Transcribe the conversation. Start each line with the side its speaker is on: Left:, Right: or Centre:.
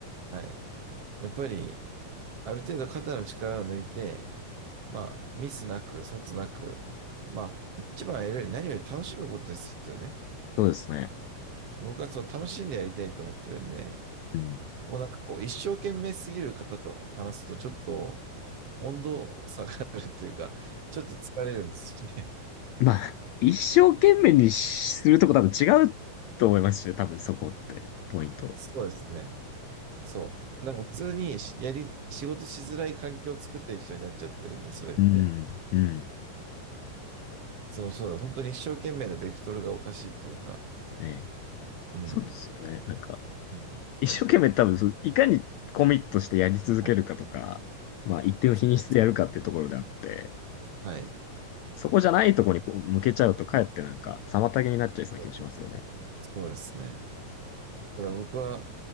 Right: はい。やっぱり、ある程度肩の力を抜いて、まあ、ミスなく、卒なく、まあ、一番やるより何より楽しむことですよね。
Left: そうですね。
Right: 僕はその楽しんでやりたいと思ってるんで、
Left: うん。
Right: こうなんかこう、一生懸命すぎる方と話すと、ちょっと温度下がるというか、ちょっと疲れるんですよね。
Left: まあ、一生懸命にしするとこ多分違うと思いますしね、多分そこって、ポイント。
Right: <laughs> そうですね。そう。なんか普通にやり、仕事しづらい環境を作ってる人になっちゃってるんで、それって。
Left: うん、うん。
Right: そう、そうだ、本当に一生懸命のベクトルがおかしいというか、
Left: ええ
Right: うん。
Left: そうですよね。なんか、
Right: うん
Left: 一生懸命多分そう、いかにコミットしてやり続けるかとか、
Right: はい。
Left: まあ一定の品質でやるかっていうところであって、
Right: そうです。はい。
Left: そこじゃないところにこう向けちゃうとかえってなんか妨げになっちゃいそうな気もしますよね。
Right: そうそうですね。だから僕は、
Left: 確か